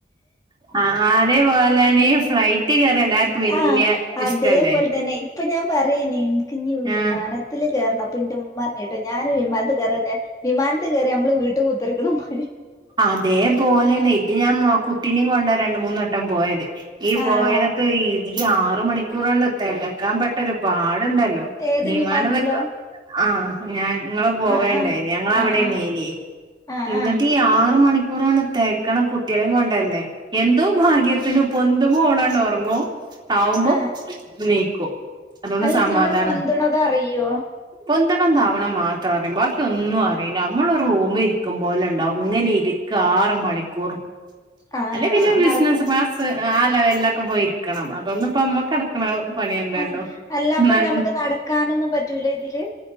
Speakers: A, on the right (about 25°); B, on the left (about 20°).
A: ആഹ് അതേപോലേണ് ഈ ഫ്ലൈറ്റി കേറിയാ എല്ലാർക്കും വല്യ
B: ആഹ് അതേപോലെ
A: ഇഷ്ടല്ലേ
B: തന്നെ ഇപ്പൊ ഞാൻ പറയ്നി ഇൻക്കിഞ്ഞ്
A: ആ
B: വിമാനത്തില് കേറണം അപ്പെന്റെ ഉമ്മ പറഞ്ഞത് ഞാന് വിമാനത്തി കയറട്ടെ വിമാനത്തി കേറിയാ നമ്മള് വീട്ട് കുത്തിര്ക്കണമാ
A: അതേ പോലെന്നെ ഇത് ഞാൻ കുട്ടീനേം കൊണ്ടാ രണ്ട് മൂന്ന് വട്ടം പോയത്. ഈ പോയതൊക്കെ
B: ആണോ
A: ഇതീ ആറ് മണിക്കൂറങ്ങട്ട് തെകക്കാൻ പെട്ടൊരു പാട്ണ്ടല്ലോ.
B: ഏത്
A: വിമാനംന്നക്ക
B: വിമാനത്തിലോ
A: ആഹ് ഞങ്ങള് പോകേണ്ടായി
B: ആഹ് ആഹ്
A: ഞങ്ങളവിടെന്നെയ്നി
B: ആഹ് ആഹ് ആഹ്
A: ഇന്നട്ടി
B: ആഹ്
A: ഈ ആറ് മണിക്കൂറങ്ങട്ട് തെകക്കണത് കുട്ടികളേം കൊണ്ടല്ലേ എന്തോ ഭാഗ്യത്തിന് പൊന്തുമ്പോ ഓളങ്ങട്ട് ഒറങ്ങും താവുമ്പോ
B: ആഹ്
A: എനീക്കും അതുകൊണ്ട്
B: അല്ല
A: സമാധാനാ
B: നമ്മള് പൊന്തണത് അറിയോ
A: പൊന്തണം താവണം മാത്രം അറിയും ബാക്കി ഒന്നും അറിയില്ല. നമ്മള് ഒരു റൂമി ഇരിക്കും പോലെ ഉണ്ടാവും ഇങ്ങനെ ഇരിക്കും ആറ് മണിക്കൂറും
B: ആഹ്
A: അല്ലെ പിന്നെ ബിസിനസ്സ്
B: നടക്ക
A: ക്ലാസ് ആ ലെവൽലൊക്കെ പോയിരിക്കണം അതൊന്നുപ്പം നമ്മക്കടക് ക്കടക്കണ പണിയല്ലല്ലോ
B: ആഹ് അല്ല
A: <unintelligible>
B: അപ്പൊ ഞമ്മക്ക് നടക്കാനൊന്നും പറ്റൂല ഇതില്